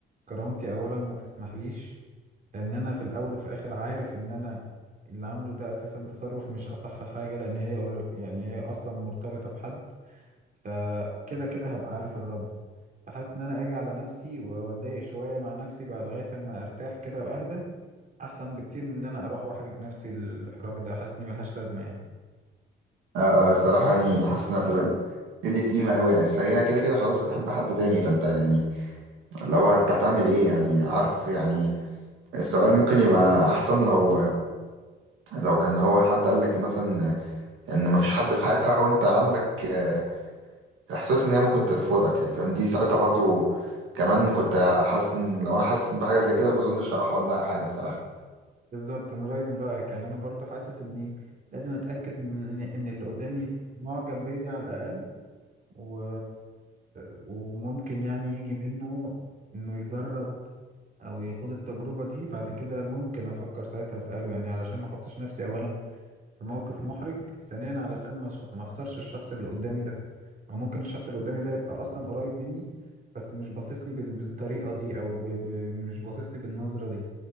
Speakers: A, on the right (about 40°); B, on the right (about 80°).
A: كرامتي اولا ما تسمحليش لان انا في الاول وفي الاخر عارف ان انا اللي عامله ده اساسا تصرف مش اصح حاجه لان هي قر- يعني هي اصلا مرتبطه بحد فكده كده هبقى عارف الرد فحاسس ان انا اجي على نفسي واتضايق شويه مع نفسي بقى لغايه اما ارتاح كده واهدى احسن بكتير من ان انا اروح واحرج نفسي الاحراج ده حاسس اني ملهاش لازمه يعني
B: اه اه الصراحة يعني حاسس انها تبقى قلة قيمة أوي يعني أصل هي كده كده خلاص بتحب حد تاني فأنت يعني لو أنت هتعمل إيه يعني عارف يعني السؤال ممكن يبقى أحسن لو لو كان هو حد قال لك مثلا إن مفيش حد في حياتها وأنت عندك آه، إحساس إن هي ممكن ترفضك يعني فاهم دي ساعتها برضو كمان كنت حاسس إن لو أنا حاسس بحاجة زي كده ما أظنش هروح أقول لها حاجة الصراحة
A: بالظبط انا رايي من رايك يعني انا برضو حاسس اني لازم اتاكد من ان اللي قدامي معجب بيا على الاقل و... وممكن يعني يجي منه انه يجرب او يخوض التجربة دي بعد كده ممكن افكر ساعتها اسأله يعني علشان ما احطش نفسي اولا في موقف محرج ثانيا علشان ما أش- ما اخسرش الشخص اللي قدامي ده او ممكن الشخص اللي قدامي ده يبقى اصلا قريب مني بس مش باصص لي بال... بالطريقة دي او ب... ب... مش باصص لي بالنظرة دي